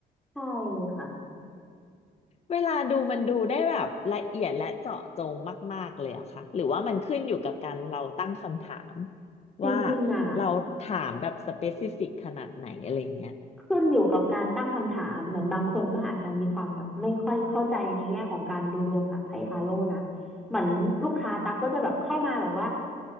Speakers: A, in the centre; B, on the left (about 40°).
A: ใช่ค่ะ
B: เวลาดูมันดูได้แบบละเอียดและเจาะจงมากๆเลยอะค่ะหรือว่ามันขึ้นอยู่กับการเราตั้งคำถาม
A: จริงๆอ่ะ
B: ว่าเราถามแบบสเปซิฟิกขนาดไหนอะไรอย่างเงี้ย
A: ขึ้นอยู่กับการตั้งคำถามเหมือนบางคนก็อาจจะมีความแบบไม่ค่อยเข้าใจในแง่ของการดูดวงศาสัตว์ไพ่ทาโร่นะเหมือนลูกค้าตักก็จะแบบเข้ามาแบบว่า